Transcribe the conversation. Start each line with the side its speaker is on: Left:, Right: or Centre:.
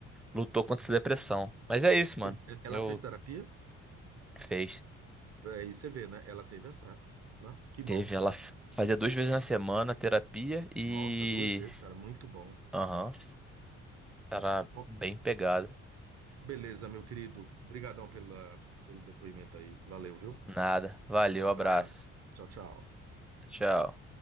Centre: lutou contra essa depressão. Mas é isso, mano.
Right: Fez- Ela
Centre: Eu
Right: fez terapia?
Centre: fez,
Right: Aí você vê, né? Ela teve acesso, né? Que bom.
Centre: teve ela f- fazia duas vezes na semana terapia e
Right: Nossa, duas vezes, cara, muito bom.
Centre: aham, era
Right: Bom,
Centre: bem pegada.
Right: Beleza, meu querido. Obrigadão pela, pelo depoimento aí. Valeu, viu?
Centre: Nada. Valeu,
Right: Um abraço.
Centre: abraço.
Right: Tchau, tchau.
Centre: Tchau.